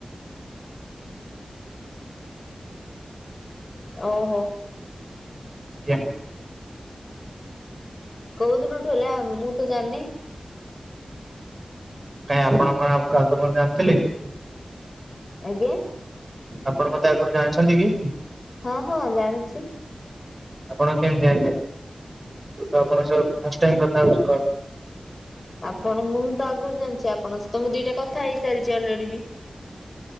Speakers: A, on the left; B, on the right.
A: ଓହୋ।
B: ଆଜ୍ଞା।
A: କୋଉ ଦିନଠୁ ହେଲା ମୁଁ ତ ଜାଣିନି।
B: କାଇଁ ଆପଣ କଣ ଆଉ କାହା ପୂର୍ବରୁ ଜାଣିଥିଲେ କି?
A: ଆଜ୍ଞା?
B: ଆପଣ ମତେ ଆଗୁରୁ ଜାଣିଛନ୍ତି କି?
A: ହଁ ହଁ ଜାଣିଚି।
B: ଆପଣ କେମତି ଜାଇଁଲେ? ମୁଁ ତ ଆପଣଙ୍କ ସହ ଫାଷ୍ଟ ଟାଇମ୍ କଥା ହଉଚି କଲ୍
A: ଆପଣଙ୍କୁ ମୁଁ ତ ଆଗରୁ ଜାଣିଚି ଆପଣଙ୍କ ସହିତ ମୁଁ ଦିଟା କଥା ହେଇସାରିଚି ଅଲରେଡି ବି।